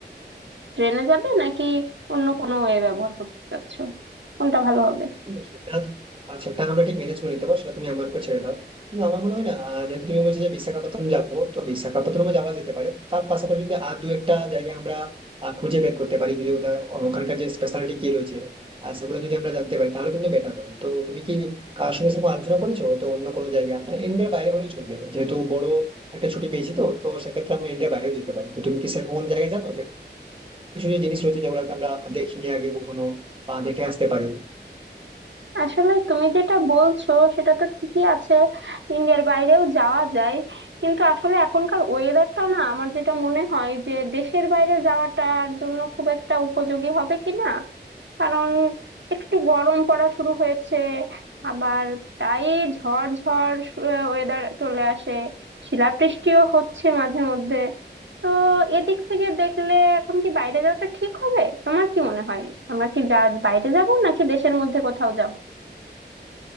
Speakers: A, on the right; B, on the right.
A: ট্রেনে যাবে নাকি অন্য কোনো ওয়ে ব্যবহার করতে চাচ্ছো কোনটা ভালো হবে
B: হুম, সেটা আর সেটা আমরা ঠিক ম্যানেজ করে নিতে পারবো সেটা তুমি আমার উপর ছেড়ে দাও কিন্তু আমার মনে হয় না আহ, যেহেতু তুমি বলছো যে বিশাখাপত্তনম যাবো তো বিশাখাপত্তনমে যাওয়া যেতে পারে তার পাশাপাশি যদি আর দু একটা জায়গা আমরা আহ, খুঁজে বের করতে পারি যদি ওদের ওখানকার যে স্পেশালিটি কি রয়েছে আর সেগুলো যদি আমরা জানতে পারি তাহলে কিন্তু বেটার হবে তো তুমি কি কার সঙ্গে সেরকম আলোচনা করেছো হয়তো অন্য কোনো জায়গা মানে ইন্ডিয়ার বাইরে হলেও চলবে যেহেতু বড় একটা ছুটি পেয়েছি তো তো সেক্ষেত্রে আমরা ইন্ডিয়ার বাইরেও যেতে পারি তো তুমি কি সেরকম কোনো জায়গায় জানো যে কিছু যে জিনিস রয়েছে যেগুলো হয়তো আমরা দেখিনি আগে কখনো বা দেখে আসতে পারি
A: আসলে তুমি যেটা বলছো সেটা তো ঠিকই আছে ইন্ডিয়ার বাইরেও যাওয়া যায় কিন্তু আসলে এখনকার ওয়েদারটা না আমার যেটা মনে হয় যে দেশের বাইরে যাওয়াটার জন্য খুব একটা উপযোগী হবে কি না কারণ একটু গরম পড়া শুরু হয়েছে আবার প্রায় ঝড় ঝড় ওয়েদার চলে আসে শিলাবৃষ্টিও হচ্ছে মাঝে মধ্যে তো এদিক থেকে দেখলে এখন কি বাইরে যাওয়াটা ঠিক হবে তোমার কি মনে হয় আমরা কি যা বাইরে যাব নাকি দেশের মধ্যে কোথাও যাব